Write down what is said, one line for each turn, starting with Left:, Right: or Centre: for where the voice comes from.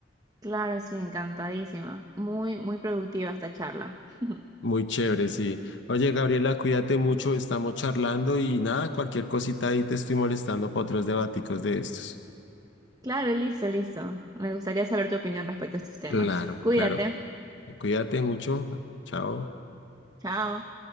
Right: Claro, sí, encantadísima. Muy, muy productiva esta charla. <laughs>
Left: Muy chévere, sí. Oye, Gabriela, cuídate mucho, estamos charlando y nada, cualquier cosita ahí te estoy molestando para otros debaticos de estos.
Right: Claro, listo, listo. Me gustaría saber tu opinión respecto a estos temas.
Left: Claro,
Right: Cuídate.
Left: claro. Cuídate mucho. Chao.
Right: Chao.